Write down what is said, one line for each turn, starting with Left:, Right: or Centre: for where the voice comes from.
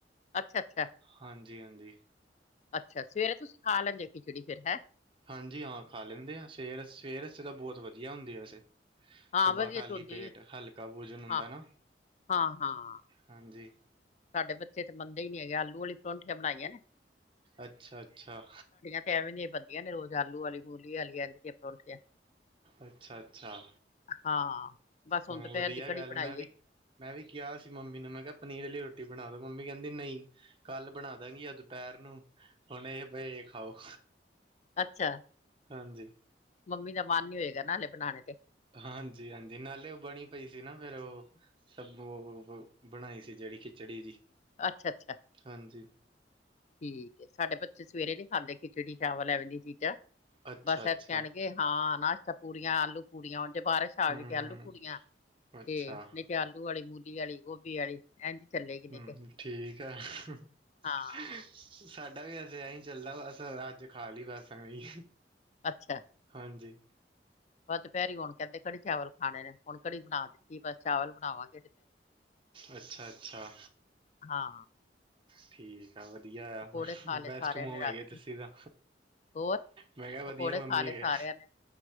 Left: ਅੱਛਾ- ਅੱਛਾ।
Right: ਹਾਂਜੀ- ਹਾਂਜੀ।
Left: ਅੱਛਾ, ਸਵੇਰੇ ਤੁਸੀਂ ਖਾ ਲੈਂਦੇ ਖਿਚੜੀ ਫੇਰ ਹੈਂ?
Right: ਹਾਂਜੀ ਹਾਂ ਖਾ ਲੇਂਦੇ ਆ ਸਵੇਰ, ਸਵੇਰੇ -ਸਵੇਰੇ ਬੋਤ ਵਧੀਆ ਹੁੰਦੀ ਵੈਸੇ।
Left: ਹਾਂ
Right: ਸੁਬਾ
Left: ਵਧੀਆ
Right: ਖਾਲੀ
Left: ਤੇ ਹੁੰਦੀ
Right: ਪੇਟ
Left: ਏ,
Right: ਹਲਕਾ ਭੋਜਨ ਹੁੰਦਾ
Left: ਹਾਂ,
Right: ਨਾ
Left: ਹਾਂ-ਹਾਂ।
Right: ਹਾਂਜੀ।
Left: ਸਾਡੇ ਬੱਚੇ ਤਾਂ ਮੰਨਦੇ ਈ ਨੀ ਹੈਗੇ, ਆਲੂ ਵਾਲੀ ਪਰੋਂਠੀਆਂ ਬਣਾਈਆਂ ਨੇ।
Right: ਅੱਛਾ, ਅੱਛਾ।
Left: ਏਥੇ ਐਵੇਂ ਦੀਆਂ ਬੰਦੀਆਂ ਨੇ, ਰੋਜ਼ ਆਲੂ ਆਲੀ, ਮੂਲੀ ਆਲੀ, ਐਂਜ ਦੀਆਂ ਪਰੌਠੀਆਂ।
Right: ਅੱਛਾ-ਅੱਛਾ,
Left: ਹਾਂ। ਬਸ ਹੁਣ
Right: ਹੂੰ
Left: ਦੁਪਹਿਰ
Right: ਵਧੀਆ
Left: ਦੀ ਕੜੀ
Right: ਗੱਲ
Left: ਬਣਾਈ
Right: ਮੈਂ ਵੀ-
Left: ਏ,
Right: ਮੈਂ ਵੀ ਕਿਆ ਸੀ ਮੰਮੀ ਨੂੰ, ਮੈਂ ਕਿਆ ਪਨੀਰ ਅਲੀ ਰੋਟੀ ਬਣਾ ਦੋ, ਮੰਮੀ ਕੈਂਦੀ ਨਈ। ਕੱਲ ਬਣਾ ਦਾਂਗੀ ਜਾਂ ਦੁਪੈਰ ਨੂੰ, ਹੁਣ ਏ ਭਈ ਖਾਓ।
Left: ਅੱਛਾ-ਅੱਛਾ।
Right: ਹਾਂਜੀ।
Left: ਮੰਮੀ ਦਾ ਮਨ ਨੀ ਹੋਏਗਾ ਨਾ, ਹਾਲੇ ਬਣਾਣੇ ਤੇ।
Right: ਹਾਂਜੀ ਹਾਂਜੀ, ਨਾਲੇ ਓ ਬਣੀ ਪਈ ਸੀ ਨਾ, ਫੇਰ ਓ। ਸਭ ਓ ਬਣਾਈ ਸੀ, ਜਿਹੜੀ ਖਿਚੜੀ ਜੀ।
Left: ਅੱਛਾ, ਅੱਛਾ।
Right: ਹਾਂਜੀ
Left: ਠੀਕ ਏ, ਸਾਡੇ ਬੱਚੇ ਸਵੇਰੇ ਨੀ ਖਾਂਦੇ, ਖਿਚੜੀ-ਚਾਵਲ ਐਵੇਂ ਦੀਆਂ ਚੀਜ਼ਾ।
Right: ਅੱਛਾ
Left: ਬਸ‌
Right: ਅੱਛਾ
Left: ਐ ਤੇ ਕੋਣਗੇ ਹਾਂ ਨਾਸ਼ਤਾ ਪੂਰੀਆਂ, ਆਲੂ ਪੂੜੀਆਂ, ਜੇ ਬਾਰਿਸ਼-
Right: ਹਮ
Left: ਆਗੀ ਤੇ ਆਲੂ ਪੂੜੀਆਂ।
Right: ਅੱਛਾ
Left: ਤੇ ਨਈ ਤੇ ਆਲੂ ਅਲੀ, ਮੂਲੀ ਅਲੀ, ਗੋਭੀ ਅਲੀ ਏਂਝ ਚੱਲੇਗੀ ਨਈ
Right: ਹਮ
Left: ਤੇ।
Right: ਠੀਕ ਐ, ਹਾ ਹਾ।
Left: ਹਾਂ
Right: ਸਾਡਾ ਵੀ ਵੈਸੇ, ਐਈ ਚੱਲਦਾ ਬਸ, ਅੱਜ ਖਾ ਲੀ ਬਸ ਐਂਵੀ।
Left: ਅੱਛਾ।
Right: ਹਾਂਜੀ।
Left: ਬਸ ਦੁਪੈਰੀ ਹੁਣ ਕੈਂਦੇ, ਕੜੀ ਚਾਵਲ ਖਾਣੇ ਨੇ। ਹੁਣ ਕੜੀ ਬਣਾ ਦਿੱਤੀ, ਬਸ ਚਾਵਲ ਬਣਾਵਾਂਗੀ।
Right: ਅੱਛਾ-ਅੱਛਾ,
Left: ਹਾਂ
Right: ਠੀਕ। ਅੱਛਾ ਵਧੀਆ
Left: ਪਕੌੜੇ
Right: ਆ,
Left: ਖਾ ਲਏ
Right: ਬੈਸਟ
Left: ਸਾਰਿਆਂ
Right: ਮੋਮ
Left: ਨੇ ਰੱਜ
Right: ਹੈਗੇ
Left: ਕੇ
Right: ਤੁਸੀਂ ਤਾਂ।
Left: ਹੋਰ,
Right: ਮੈਂ ਕਿਹਾ ਵਧੀਆ
Left: ਪਕੌੜੇ
Right: ਮੰਮੀ
Left: ਖਾ ਲਏ
Right: ਹੈਗੇ
Left: ਸਾਰਿਆਂ ਨੇ।